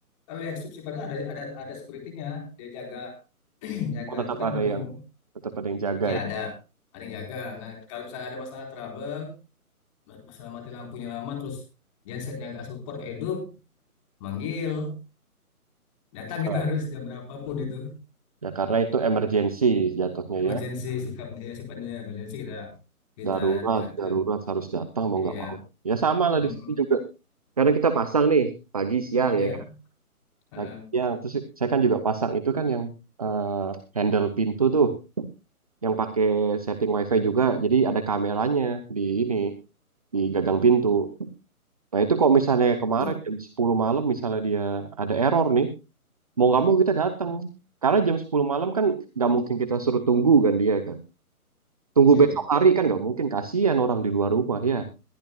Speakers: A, on the left; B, on the right.
A: kalau yang shift itu ada ada ada security-nya, dia jaga <clears throat> jaga
B: Oh tetap
A: itu kan
B: ada
A: gedung.
B: yang tetap ada yang jaga
A: Ya
B: ya.
A: ada ada yang jaga. Nah, kalau misalnya ada masalah trouble, ma- masalah mati lampunya lama terus gensetnya nggak support nggak hidup, manggil, datang kita
B: Ah.
A: harus jam berapapun itu.
B: Ya karena itu emergency jatuhnya
A: Emergency
B: ya.
A: sikapnya ya sifatnya emergency kita kita
B: Darurat,
A: data.
B: darurat harus datang mau
A: Iya.
B: nggak mau. Ya sama lah
A: Mm-mm.
B: di sini juga. Karena kita pasang nih pagi siang
A: Iya.
B: ya kan.
A: Heeh.
B: Pagi siang terus saya kan juga pasang itu kan yang eh, handle pintu tuh yang pakai setting wifi juga. Jadi ada kameranya di ini di gagang pintu. Nah itu kalau misalnya kemarin
A: Oh,
B: jam 10 malam misalnya dia ada error nih, mau nggak mau kita datang. Karena jam 10 malam kan nggak mungkin kita suruh tunggu kan dia kan. Tunggu
A: iya
B: besok
A: iya
B: hari kan nggak mungkin, kasihan orang di luar rumah ya.